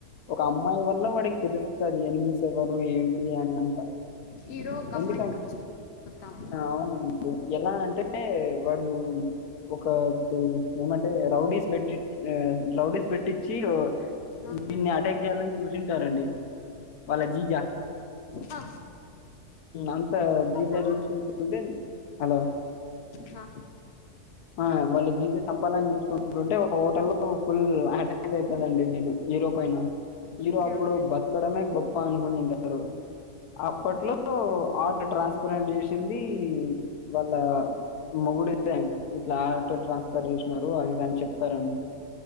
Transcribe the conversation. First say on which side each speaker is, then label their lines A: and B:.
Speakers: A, on the left (about 70°); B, on the left (about 50°).
A: ఒక అమ్మాయి వల్ల వాడికి తెలుస్తుంది ఎనిమిస్ ఎవరు ఏంటి అని అంత
B: హీరో గమ్మాయిన్
A: ఎందుకంటే
B: కామ
A: అవును ఎలా అంటే వాడు ఒక ఏమంటే రౌడీస్ పెట్టి రౌడీస్ పెట్టించి
B: ఆ,
A: దీన్ని అటాక్ చేయాలండి చూసింటారండి వాళ్ళ జీజ
B: ఆ
A: అంత జీజా
B: ఆ.
A: చూసుుంటే హలో
B: నా
A: ఆయా వలు దీజ చంపాల అని చూసుకుంటుంటే ఒక హోటల్లో ఫుల్ అటాక్ అయితాదండి హిరో పైన మీరు
B: ఓకే
A: అప్పుడు
B: ఓకే
A: బతకడమే గొప్ పానుకునింటారు అప్పట్లో ఆట్ ట్రాన్స్ ఇప్పు రన్ చేసింది వాళ్ళ మొగుడుదే అండి ఇట్లా ఆటో ట్రాన్స్ఫర్ చేసినారు అదిదని చెప్తారండి.